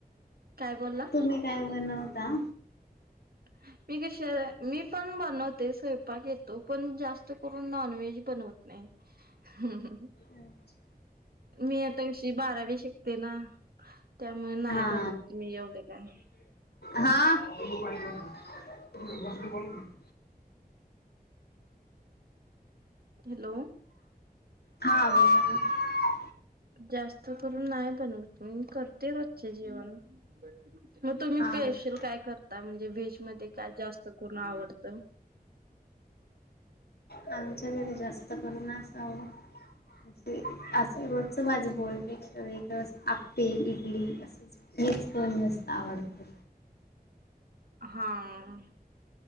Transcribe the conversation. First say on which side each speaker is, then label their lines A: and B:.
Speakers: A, on the right; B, on the left.
A: काय बोलला
B: तुम्ही काय बनवता?
A: <inaudible> मी कश मी पण बनवते स्वयंपाक येतो, पण जास्त करून नॉनव्हेज बनवत नाही. हम्म हम्म.
B: अच्छा.
A: मी आता उवशी बारावी शिकते ना. त्यामुळे नाही
B: हा
A: बनवत मी एवढे काय.
B: हा? <unintelligible>
A: हॅलो.
B: का आवडल नाही.
A: जास्त करून नाही बनवत मी करते रोजचे जेवन. मग तुम्ही
B: ना हा
A: पेशल काय करता म्हणजे व्हेजमध्ये काय जास्त करून आवडतं. <inaudible>
B: आमच्या घरी जास्त करून असावं ते असं रोजचं भाजी पोळी. सगळी कडे आप्पे इडली असेच हेच दोन जास्त आवडते.
A: हा आ.